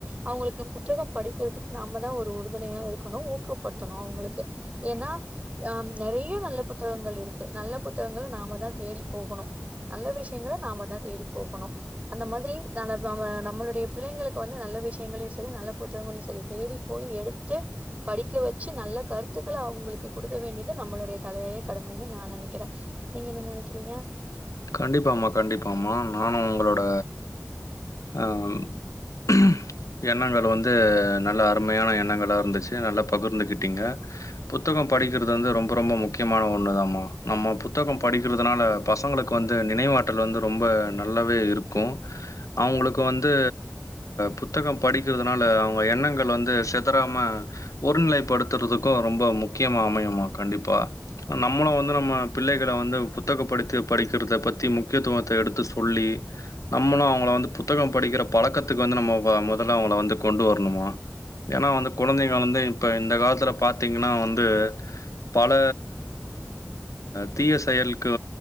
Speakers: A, on the right (about 25°); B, on the left (about 80°).
A: அவங்களுக்கு புத்தகம் படித்ததுக்கு நாம தா ஒரு உறுதுணையா இருக்கணு ஊக்க படுத்தனும் அவங்களுக்கு ஏன்னா ஆ நிறைய நல்ல புத்தகங்கள் இருக்கு நல்ல புத்தகங்கள் நாம தா தேடி போகணு நல்ல விஷயங்கள நாம தா தேடி போகணு அந்த மாரி ந நம்மளுடைய பிள்ளைங்களுக்கு வந்து நல்ல விஷயங்களையு சரி நல்ல புத்தகங்களையு சரி தேடி போய் எடுத்து படிக்க வச்சு நல்ல கருத்துக்கள அவங்களுக்கு கொடுக்க வேண்டியது நம்மளுடைய தலையாயே கடமைன்னு நா நினைக்கிறே நீங்க என்ன நினைக்கிறீங்க
B: கண்டிப்பாம்மா கண்டிப்பாம்மா நானு உங்களோட ஆ ம் எண்ணங்கள் வந்து நல்ல அருமையான எண்ணங்களா இருந்துச்சு நல்லா பகிர்ந்துக்கிட்டிங்க புத்தகம் படிக்கிறது வந்து ரொம்ப ரொம்ப முக்கியமான ஒண்ணு தமா நம்ம புத்தக படிக்கிறதுனால பசங்களுக்கு வந்து நினைவாட்டல் வந்து ரொம்ப நல்லாவே இருக்கு அவங்களுக்கு வந்து புத்தக படிக்கிறதுனால அவங்க எண்ணங்கள் வந்து செதறாம ஒருநிலைப்படுத்துறதுக்கு ரொம்ப முக்கியமா அமையுமா கண்டிப்பா நம்மளு வந்து நம்ம பிள்ளைகல வந்து புத்தக படுத்து படிக்கிறத பற்றி முக்கியத்துவத்த எடுத்து சொல்லி நம்மளு அவங்கள வந்து புத்தக படிக்கிற பழக்கத்துக்கு வந்து நம்ம முதல்ல அவங்கள வந்து கொண்டு வரணுமா ஏன்னா வந்து குழந்தைங்க வந்து இப்ப இந்த காலத்துல பாத்தீங்கன்னா வந்து பல தீய செயலுக்கு